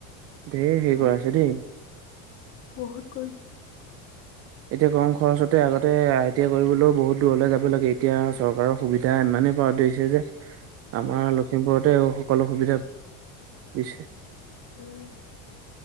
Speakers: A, on the right (about 40°); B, on the left (about 35°).
A: ঢ়েৰি হেৰি
B: উম,
A: কৰিছে দেই।
B: বহুত কৰিছে।
A: এতিয়া কম খৰচতে আগতে আই টি আই কৰিবলৈও বহুত দূৰলে যাব লাগে। এতিয়া চৰকাৰৰ- সুবিধা ইমানেই ধৰিছে যে- আমাৰ
B: উম,
A: লখিমপুৰতে সকলো সুবিধা দিছে।
B: উম।